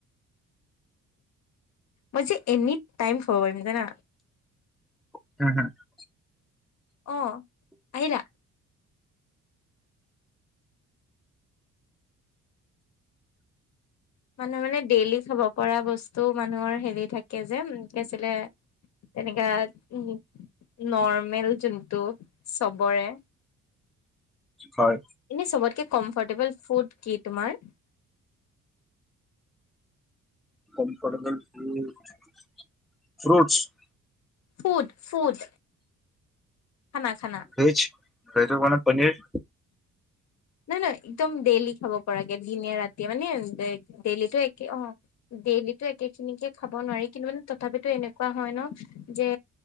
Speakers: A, on the left (about 65°); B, in the centre.
A: মইজে এনি টাইম খৱা পাৰিম জানা?
B: <unintelligible>
A: অ', আহিলা? মানুহৰ মানে ডেইলি খাব পৰা বস্তু মানুহৰ হেৰি থাকে যে কি আছিলে তেনেকা উ নৰ্মেল যোনটো চবৰে
B: হয়
A: এনে চবতকে কম্ফৰ্টেবল ফুড কি তোমাৰ
B: comfortable food fruits
A: food food খানা খানা
B: ভেজ ভেজৰ কাৰনে পনীৰ
A: নহয় নহয় একদম ডেইলি খাব পৰাকে দিনে ৰাতিয়ে মানে ডেইলিটো একে অ ডেইলিটো একে খিনিকে খাব নোৱাৰি কিন্তু তথাপিতো এনেকুৱা হয় ন যে